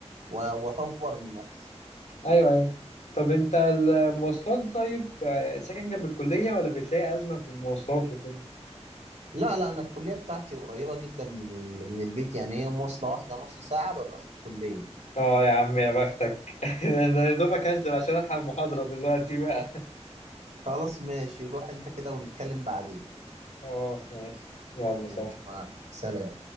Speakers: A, on the right; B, on the left.
A: و- واطور من نفسي
B: ايوه ايوه طب انت المواصلات طيب آه، ساكن جنب الكلية ولا بتلاقي أزمة في المواصلات وكده؟
A: لا لا انا الكليه بتاعتي قريبه جدا من ال... من البيت يعني هي مواصله واحده نص ساعه ببقى في الكليه
B: اه يا عم يا بختك <laughs> ده انا يا دوبك هنزل عشان الحق المحاضرة دلوقتي بقى
A: خلاص ماشي روح انت كده ونتكلم بعدين
B: <laughs> خلاص ماشي يلا
A: ماشي
B: سلام
A: مع- سلام